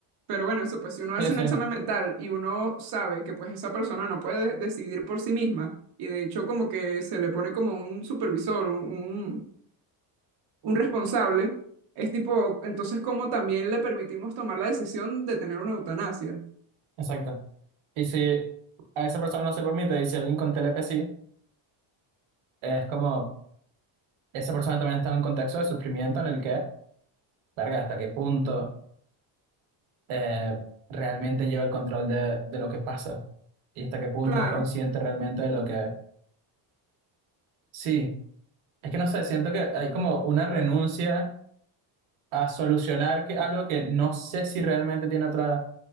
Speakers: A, on the right; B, on the right.
A: pero bueno, eso, pues si uno hace
B: sí, sí,
A: un examen mental y uno sabe que pues esa persona no puede decidir por sí misma, y de hecho como que se le pone como un supervisor, un, un- un responsable. Es tipo, entonces, ¿cómo también le permitimos tomar la decisión de tener una eutanasia?
B: exacto. Y si a esa persona no se permite, y si alguien con TLP sí, es como, esa persona también está en un contexto de sufrimiento en el que, verga, ¿hasta qué punto? eh, realmente lleva el control de, de lo que pasa y hasta qué punto
A: Claro,
B: es consciente realmente de lo que... Sí, es que no sé, siento que hay como una renuncia a solucionar que, algo que no sé si realmente tiene otra